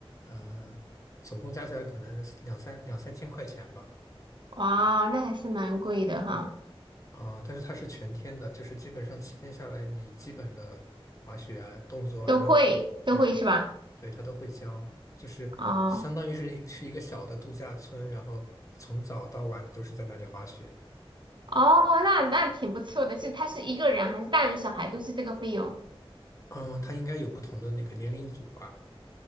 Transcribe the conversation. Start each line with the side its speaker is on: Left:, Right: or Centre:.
Left: 呃，总共加起来可能两三两三千块钱吧，
Right: 哇，那还是蛮贵的哈，
Left: 啊、但是它是全天的，就是基本上七天下来，你基本的滑雪啊、动作啊、
Right: 都会都会是吧？
Left: 乱，对，对，它都会教，就是相当于是一去一个小的度假村，
Right: 哦
Left: 然后从早到晚都是在那里滑雪，
Right: 哦，那那挺不错的，是他是一个人还是大人小孩都是这个费用？
Left: 嗯、它应该有不同的那个年龄组吧。